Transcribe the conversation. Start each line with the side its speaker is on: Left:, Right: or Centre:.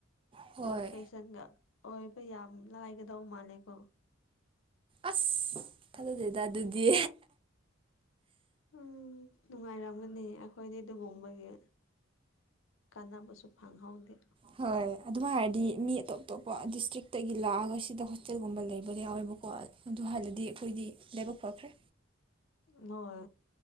Right: ꯍꯣꯏ
Left: ꯄ꯭ꯔꯣꯐꯦ ꯆꯪꯒ ꯑꯣꯏꯕ ꯌꯥꯝ ꯂꯥꯏꯒꯗꯧ ꯃꯥꯜꯂꯦ ꯀꯣ
Right: ꯑꯁ ꯊꯥꯖꯗꯦꯗ ꯑꯗꯨꯗꯤ
Left: ꯎꯝ ꯅꯨꯡꯉꯥꯏꯔꯝꯒꯅꯤ ꯑꯈꯣꯏꯗꯤ ꯑꯗꯨꯒꯝꯕꯒꯤ ꯀꯥꯟꯅꯕꯁꯨ ꯐꯪꯍꯧꯗꯦ
Right: ꯍꯣꯏ ꯑꯗꯨꯝ ꯍꯥꯏꯔꯗꯤ ꯃꯤ ꯑꯇꯣꯞ ꯑꯇꯣꯞꯄ ꯗꯤꯁꯇ꯭ꯔꯤꯛꯇꯒꯤ ꯂꯥꯛꯑꯒ ꯁꯤꯗ ꯍꯣꯁꯇꯦꯜꯒꯨꯝꯕ ꯂꯩꯕ ꯌꯥꯎꯋꯦꯕꯀꯣ ꯑꯗꯨ ꯍꯜꯂꯗꯤ ꯑꯈꯣꯏꯗꯤ ꯂꯥꯏꯕꯛ ꯐꯈ꯭ꯔꯦ
Left: ꯍꯣꯏ